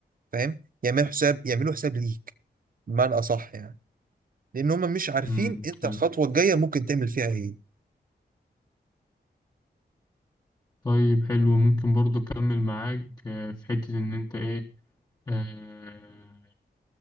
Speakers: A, on the right; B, on the left.
A: فاهم يعملوا حساب يعملوا حساب ليك بمعنى اصح يعني لان هم مش عارفين
B: امم
A: انت
B: حلو.
A: الخطوة الجاية ممكن تعمل فيها ايه
B: طيب حلو ممكن برضه أكمل معاك آه، في حتة إن أنت إيه آه،